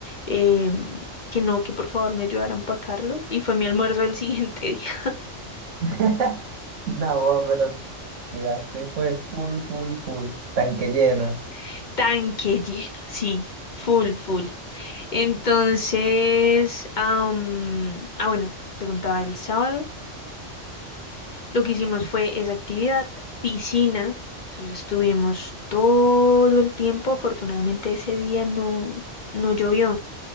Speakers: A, on the left; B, on the right.
A: em, que no, que por favor me ayudara a empacarlo, y fue mi almuerzo del siguiente día,
B: <laughs> No, vos, pero quedaste, fue full, full, full, tanque lleno.
A: <laughs> tanque lleno, sí, full, full. Entonces, am, ah, bueno, te contaba el sábado. Lo que hicimos fue esa actividad, piscina. Entonces estuvimos todo el tiempo. Afortunadamente ese día no, no llovió,